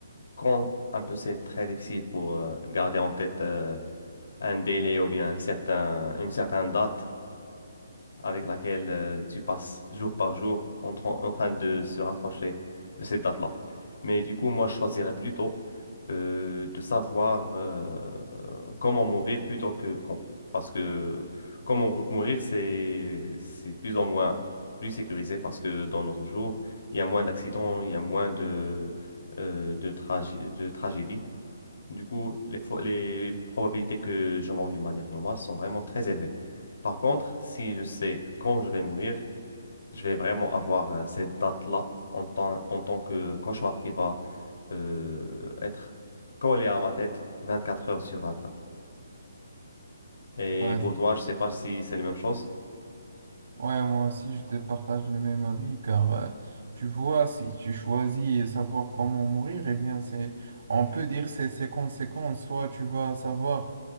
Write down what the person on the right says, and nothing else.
Ouais,
Ouais, moi aussi, je te partage le même avis, car euh, tu vois, si tu choisis savoir comment mourir, eh bien, c'est, on peut dire c'est ses conséquences. Soit tu vas savoir